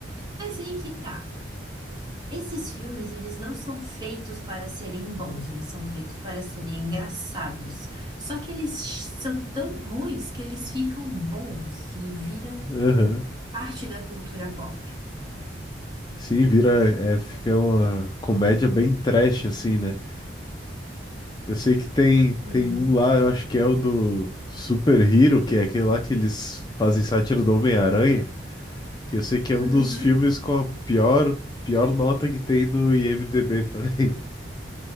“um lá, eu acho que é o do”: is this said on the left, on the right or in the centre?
Left